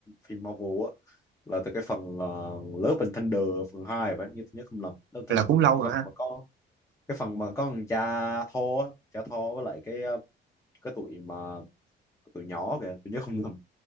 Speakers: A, on the left; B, on the right.
A: phim Marvel á là từ cái phần uh, Love and Thunder phần 2 vậy nếu tôi nhớ không lầm Love and Thunder
B: là cũng
A: phần
B: lâu
A: hai cái
B: rồi
A: phần
B: ha
A: mà có cái phần mà có thằng cha thô, á, cha thô với lại cái ờ, cái tụi mà cái tụi nhỏ kìa tôi nhớ không nhầm